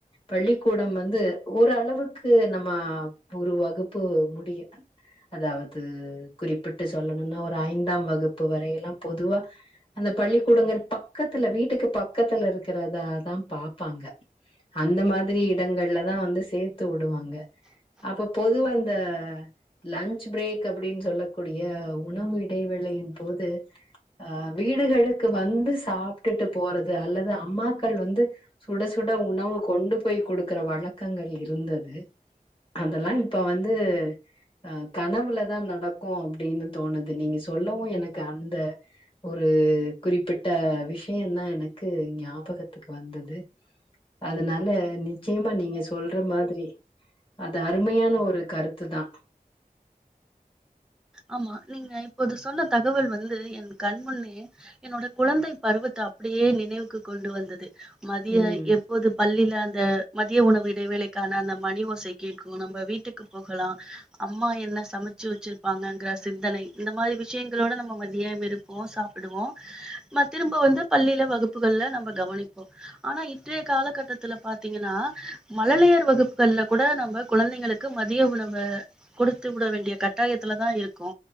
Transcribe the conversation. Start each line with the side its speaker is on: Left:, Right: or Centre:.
Left: பள்ளிக்கூடம் வந்து ஓரளவுக்கு நம்ம ஒரு வகுப்பு முடியு அதாவது குறிப்பிட்டு சொல்லணுன்னா ஒரு ஐந்தாம் வகுப்பு வரையில்லா பொதுவா அந்த பள்ளிக்கூடங்கள் பக்கத்துல வீட்டுக்கு பக்கத்துல இருக்கறதாதா பாப்பாங்க அந்த மாதிரி இடங்கள்ளதா வந்து சேத்து உடுவாங்க அப்ப பொதுவா இந்த லன்ச் பிரேக் அப்படின் சொல்லக்கூடிய உணவு இடைவேளையின் போது அ வீடுகளுக்கு வந்து சாப்ட்டுட்டு போறது அல்லது அம்மாக்கள் வந்து சுட சுட உணவு கொண்டு போய் குடுக்கற வழக்கங்கள் இருந்தது அதல்லா இப்ப வந்து அ கனவுலதா நடக்கு அப்டின்னு தோணுது நீங்க சொல்லவு எனக்கு அந்த ஒரு குறிப்பிட்ட விஷயந்தா எனக்கு ஞாபகத்துக்கு வந்தது அதுனால நிச்சயமா நீங்க சொல்ற மாதிரி அது அருமையான ஒரு கருத்து தா
Centre: ஆமா நீங்க இப்போது சொன்ன தகவல் வந்து என் கண்முன்னே என்னோட குழந்தை பருவத்த அப்படியே நினைவுக்கு கொண்டு வந்தது மதிய
Left: ம்
Centre: எப் போது பள்ளில அந்த மதிய உணவு இடைவேளைக்கான அந்த மணி ஓசை கேக்கூ நம்ம வீட்டுக்கு போகலா அம்மா என்ன சமச்சு வெச்சுர் ப்பாங்கங்ற சிந்தனை இந்த மாரி விஷயங்களோட நம்ம மதிய விருப்போ சாப்புடுவோ மா திரும்ப வந்து பள்ளில வகுப்புகள்ல நம்ப கவனிப்போ அனா இன்றைய காலகட்டத்துல பாத்திங்கன்னா மழலையர் வகுப்புகள்ல கூட நம்ம குழந்தைக ளுக்கு மதிய உணவு குடுத்து உட வேண்டிய கட்டாயத்துல தா இருக்கோ